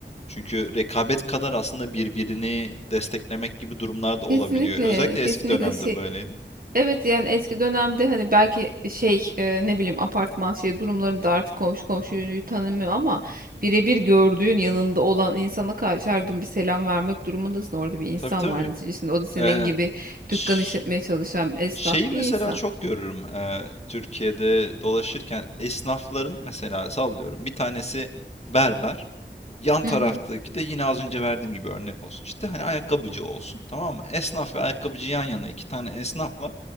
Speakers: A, on the left; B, on the right.
A: Çünkü rekabet kadar aslında birbirini desteklemek gibi durumlar da
B: Kesinlikle,
A: olabiliyor. Özellikle
B: kesinlikle
A: eski dönemde
B: şey,
A: böyleydi.
B: Evet yani eski dönemde hani belki şey e, ne bileyim apartman şey durumlarında artık komşu komşuyu tanımıyor ama birebir gördüğün yanında olan insana karşı her gün bir selam vermek durumundasın. Orada bir insan
A: Tabii, tabii.
B: var neticesinde. O da senin
A: Eee,
B: gibi
A: ş
B: dükkan işletmeye çalışan esnaf
A: Şeyi mesela
B: bir insan.
A: çok görürüm eee, Türkiye'de dolaşırken esnafların mesela sallıyorum bir tanesi berber yan taraftaki
B: Hı hı,
A: de yine az önce verdiğim gibi örnek olsun işte hani ayakkabıcı olsun tamam mı? Esnaf ve ayakkabıcı yan yana iki tane esnaf var.